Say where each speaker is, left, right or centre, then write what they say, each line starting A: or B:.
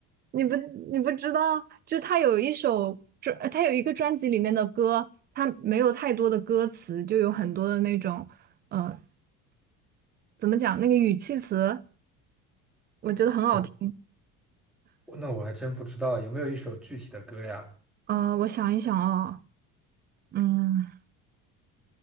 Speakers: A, on the right; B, in the centre.
A: 你不你不知道，就他有一首专，呃他有一个专辑里面的歌，他没有太多的歌词，就有很多的那种，呃，怎么讲，那个语气词，我觉得很好听。
B: 我我那我还真不知道有没有一首具体的歌呀？
A: 呃，我想一想啊，嗯，